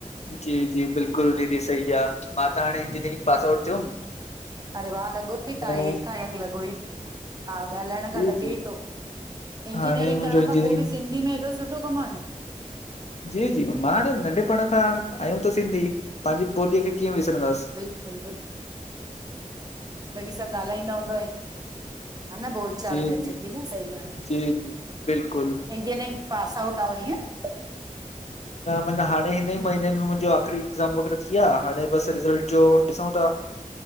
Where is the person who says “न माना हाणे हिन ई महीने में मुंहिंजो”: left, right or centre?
Left